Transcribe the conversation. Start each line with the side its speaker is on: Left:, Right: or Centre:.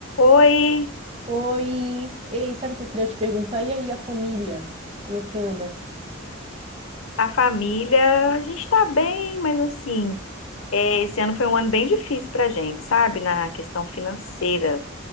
Left: Oi,
Right: Oi, ei, sabe o que eu queria te perguntar? E aí, a família? Como é que anda?
Left: a família, a gente tá bem, mas assim, é, esse ano foi um ano bem difícil pra gente, sabe? Na questão financeira,